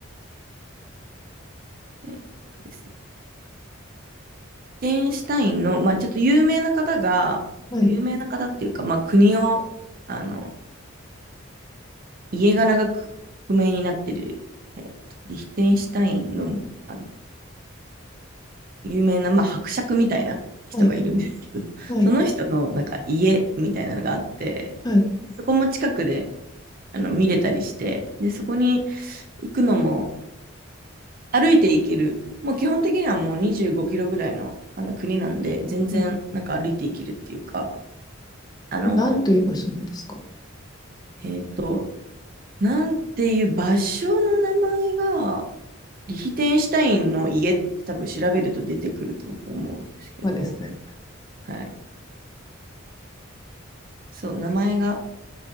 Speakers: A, on the right; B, on the left.
A: えーですねリヒテンシュタインの、まあ、ちょっと有名な方が、
B: はい。
A: 有名な方っていうか、まあ、国を、あの、家柄がく不明になってる、えっと、リヒテンシュタインの、あの、有名な、まあ、伯爵みたいな人がいるんですけど、
B: はい。はい。
A: その人の、なんか、家みたいなのがあって、
B: はい。は
A: そこも近くで、あの見れたりして、で、そこに行くのも歩いて行ける、もう基本的にはもう25キロぐらいの、あの国なんで、全然なんか歩いて行けるっていうか、
B: い
A: あの、
B: これ何という場所なんですか
A: えっと、なんていう場所の名前が、リヒテンシュタインの家って多分調べると出てくると思うんですけど、
B: はですね。
A: はい。そう、名前が